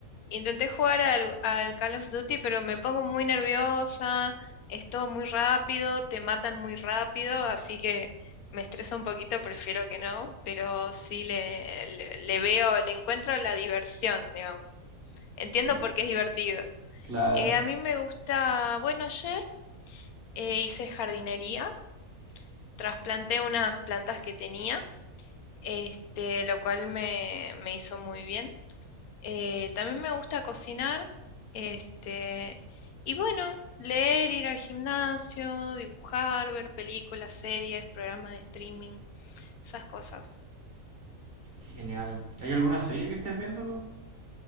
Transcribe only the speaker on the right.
Sí,
claro.
Qué Genial. ¿Hay alguna serie que estés viendo